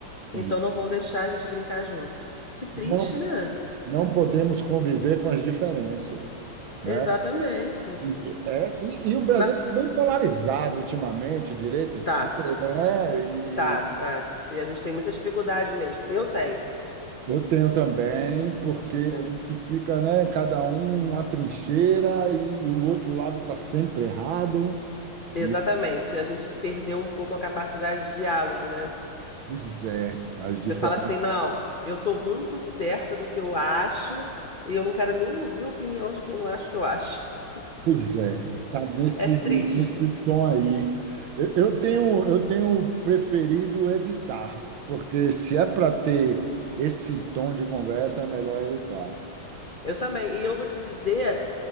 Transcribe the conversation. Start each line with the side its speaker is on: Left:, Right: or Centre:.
Right: E
Left: então não vão deixar a gente brincar junto. Que triste,
Right: não,
Left: né?
Right: não podemos conviver com as diferenças, né?
Left: Exatamente.
Right: E- É, e, e o Brasil
Left: Mas
Right: está bem polarizado ultimamente, direita, esquerda,
Left: tá,
Right: né? E
Left: tá, tá. E a gente tem muita dificuldade mesmo. Eu tenho,
Right: Eu tenho também, porque
Left: eu tenho.
Right: a gente fica, né, cada um numa trincheira e, e o outro lado está sempre errado.
Left: Exatamente.
Right: E,
Left: A gente perdeu um pouco a capacidade de diálogo, né?
Right: pois é, as diferenças.
Left: Você fala assim, não, eu tô muito certa do que eu acho e eu não quero nem ouvir a opinião de quem não acha o que eu acho. <laughs>
Right: Pois é, tá nesse,
Left: É triste.
Right: nesse tom aí. Eu, eu tenho, eu tenho preferido evitar, porque se é para ter esse tom de conversa, é melhor evitar.
Left: Eu também. E eu vou te dizer